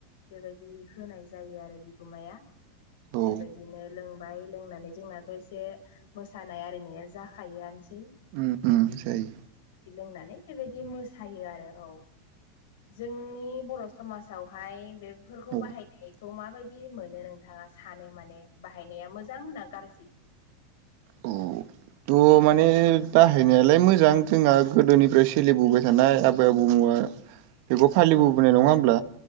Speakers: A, on the left (about 75°); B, on the right (about 60°).
A: बेबायदि होनाय जायो आरो बिगुमाया।
B: औ
A: बेबायदिनो लों बाय लोंनानै जोंनाथ' एसे मोसानाय आरिनाया जाखायो आनोसै।
B: उम उम जायो।
A: लोंनानै बेबायदि मोसायो आरो औ जोंनि बर' समाज जावहाय बेफोरखौ
B: औ
A: बाहायनायखौ माबायदि मोनो नोंथाङा सानो माने बाहाय नाया मोजां ना गारजि? <inaudible>
B: औ थ' माने बाहायनायालाय मोजां जोंहा गोदोनिफ्राय सोलिबोबाय थानाय आबै आबौमोवा
A: <inaudible>
B: बेखौ फालिबोबोनाय
A: औ
B: नङा होमब्ला